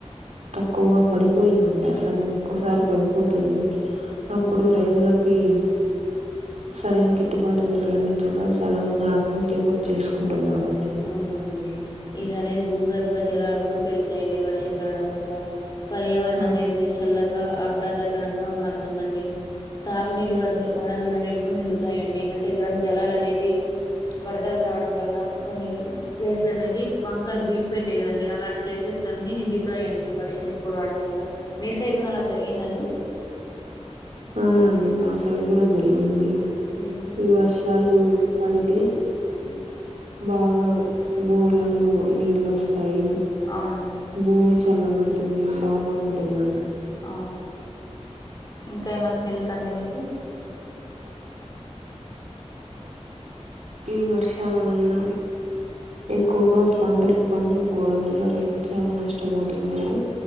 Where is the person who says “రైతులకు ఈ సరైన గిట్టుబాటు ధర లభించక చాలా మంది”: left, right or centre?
Right